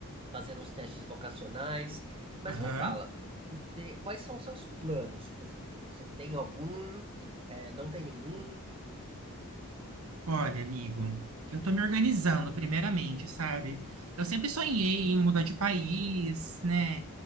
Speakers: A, on the right; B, on the right.
A: fazendo uns testes vocacionais, mas
B: Aham.
A: me fala, você- quais são os seus planos para o futuro? Você tem algum? É, não tem nenhum?
B: Olha, amigo, eu tô me organizando, primeiramente, sabe? Eu sempre sonhei em mudar de país, né?